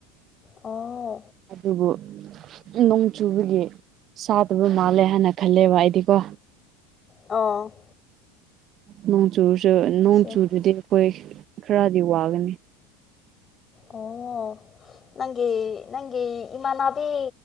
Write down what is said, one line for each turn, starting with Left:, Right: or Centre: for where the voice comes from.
Left: ꯑꯣ
Right: ꯑꯗꯨꯕꯨ ꯅꯣꯡ ꯆꯨꯕꯒꯤ ꯁꯥꯗꯕ ꯃꯥꯜꯂꯦ ꯍꯥꯏꯅ ꯈꯜꯂꯦꯕ ꯑꯩꯗꯤꯀꯣ
Left: ꯑꯣ
Right: ꯅꯣꯡ ꯆꯨꯔꯁꯨ
Left: ꯑꯠꯆꯥ
Right: ꯅꯣꯡ ꯆꯨꯗ꯭ꯔꯗꯤ ꯑꯩꯈꯣꯏ ꯈꯔꯗꯤ ꯋꯥꯒꯅꯤ
Left: ꯑꯣ ꯅꯪꯒꯤ ꯅꯪꯒꯤ ꯏꯃꯥꯟꯅꯕꯤ